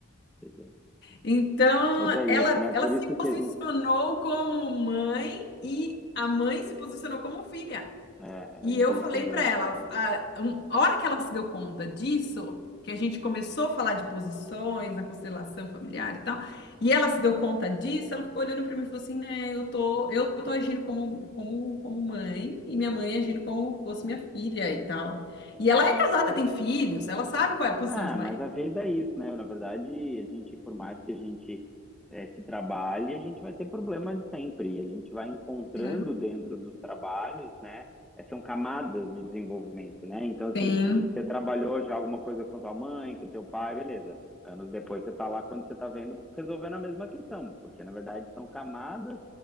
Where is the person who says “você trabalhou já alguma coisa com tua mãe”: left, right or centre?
Centre